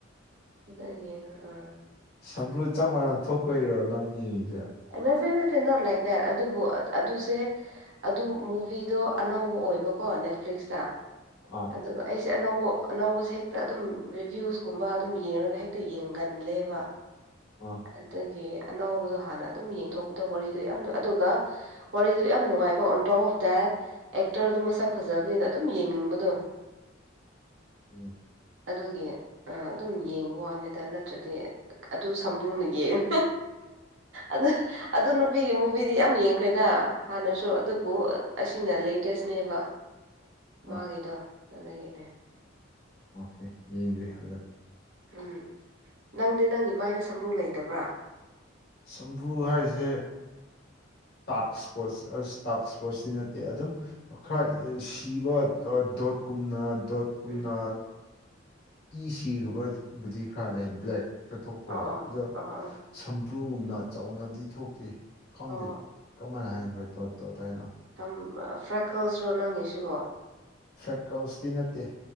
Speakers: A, on the right; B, on the left.
A: ꯑꯗꯨ ꯌꯦꯦ ꯑꯥ
B: ꯁꯝꯄ꯭ꯔꯨ ꯆꯞ ꯃꯥꯟꯅ ꯊꯣꯛꯄꯩꯔꯣ ꯅꯪ ꯌꯦꯡꯉꯤ
A: ꯅꯠꯇ ꯅꯠꯇ ꯅ ꯂꯥꯏꯗꯥꯏ ꯑꯗꯨꯕꯨ ꯑꯗꯨꯁꯦ ꯑꯗꯨ ꯃꯨꯚꯤꯗꯣ ꯑꯅꯧꯕ ꯑꯣꯏꯕꯀꯣ ꯅꯦꯠꯐ꯭ꯂꯤꯛꯁꯇ
B: ꯑꯥ
A: ꯑꯗꯨꯒ ꯑꯩꯁꯦ ꯑꯅꯧꯕ ꯑꯅꯧꯕꯁꯦ ꯍꯦꯛꯇ ꯑꯗꯨꯝ ꯔꯤꯚ꯭ꯌꯨꯁꯀꯨꯝꯕ ꯑꯗꯨꯝ ꯌꯦꯡꯉꯒ ꯍꯦꯛꯇ ꯌꯦꯡꯒꯜꯂꯦꯕ
B: ꯑꯥ
A: ꯑꯗꯒꯤ ꯑꯅꯧꯕꯗꯣ ꯍꯥꯟꯅ ꯑꯗꯨꯝ ꯌꯦꯡꯊꯣꯛꯄꯗꯣ ꯋꯥꯔꯤꯗꯣ ꯌꯥꯝ ꯑꯗꯨꯒ ꯋꯥꯔꯤꯗꯣ ꯌꯥꯝ ꯅꯨꯡꯉꯥꯏꯕ ꯑꯣꯟ ꯇꯣꯞ ꯑꯣꯞ ꯗꯦꯠ ꯑꯦꯛꯇꯔꯗꯨ ꯃꯁꯛ ꯐꯖꯕꯅꯤꯅ ꯑꯗꯨꯝ ꯌꯦꯡꯅꯤꯡꯕꯗꯣ
B: ꯎꯝ
A: ꯑꯗꯨꯒꯤ ꯑꯗꯨꯝ ꯌꯦꯡꯕ ꯋꯥꯅꯤꯗ ꯅꯠꯇ꯭ꯔꯗꯤ ꯑꯗꯨ ꯁꯝꯕ꯭ꯔꯨꯅ ꯌꯦꯡꯉꯨ ꯑꯗꯨ ꯑꯗꯨ ꯅꯨꯄꯤꯒꯤ ꯃꯨꯚꯤꯗꯤ ꯌꯥꯝ ꯌꯦꯡꯈ꯭ꯔꯦꯗ ꯍꯥꯟꯅꯁꯨ ꯑꯗꯨꯕꯨ ꯑꯁꯤꯅ ꯂꯦꯇꯦꯁꯅꯦꯕ ꯃꯥꯒꯤꯗꯣ
B: ꯑꯥ
A: ꯑꯗꯨꯒꯤꯅꯦ
B: ꯑꯣꯀꯦ ꯌꯦꯡꯁꯦ ꯍꯖꯦ
A: ꯎꯝ ꯅꯪꯗꯤ ꯅꯪꯒꯤ ꯃꯥꯏꯗ ꯁꯝꯕ꯭ꯔꯨ ꯂꯩꯇꯕ꯭ꯔꯥ
B: ꯁꯝꯕ꯭ꯔꯨ ꯍꯥꯏꯁꯦ ꯇꯥꯛ ꯏꯁꯄꯣꯔꯠꯁ ꯑꯁ ꯇꯥꯛ ꯏꯁꯄꯣꯔꯠꯁꯇꯤ ꯅꯠꯇꯦ ꯑꯗꯨꯝ ꯈꯔ ꯁꯤꯕ ꯗꯣꯠꯀꯨꯝꯅ ꯇꯣꯠꯀꯨꯝꯅ
A: ꯎꯝ
B: ꯏ ꯁꯤꯈꯕꯕꯨꯗꯤ ꯈꯔ ꯂꯩ ꯕ꯭ꯂꯦꯛ ꯄꯊꯣꯛꯄꯒꯣ
A: ꯑꯣ ꯑꯣ
B: ꯑꯗ
A: ꯑꯣ ꯑꯣ
B: ꯁꯝꯕ꯭ꯔꯨꯒꯨꯝꯅ ꯆꯥꯎꯅꯗꯤ ꯊꯣꯛꯇꯦ ꯈꯪꯗꯦ
A: ꯑꯣ
B: ꯀꯃꯟ ꯍꯥꯏꯈ꯭ꯔꯣ ꯇꯣꯠ ꯇꯣꯠ ꯍꯥꯏꯅ
A: ꯊꯝ ꯐ꯭ꯔꯦꯛ ꯀꯔꯜꯁ ꯔꯣ ꯅꯉꯦ ꯁꯤꯕꯣ
B: ꯐꯦꯀꯜꯁꯇꯤ ꯅꯠꯇꯦ